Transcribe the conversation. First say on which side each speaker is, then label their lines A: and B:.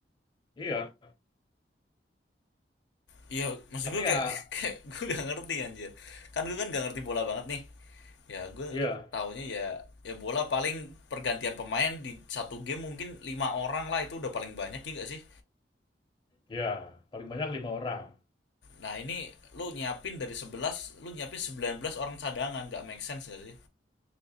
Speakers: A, on the left; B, on the left.
A: Iya,
B: Iya, maksud
A: tapi
B: gue
A: ya
B: kayak <laughs> kayak gue gak ngerti anjir. Kan gue kan gak ngerti bola banget nih. Ya gue
A: iya
B: taunya ya ya bola paling pergantian pemain di satu game mungkin lima orang lah itu udah paling banyak ya gak sih?
A: iya, paling banyak 5 orang.
B: Nah ini lu nyiapin dari sebelas lu nyiapin 19 orang cadangan gak make sense gak sih?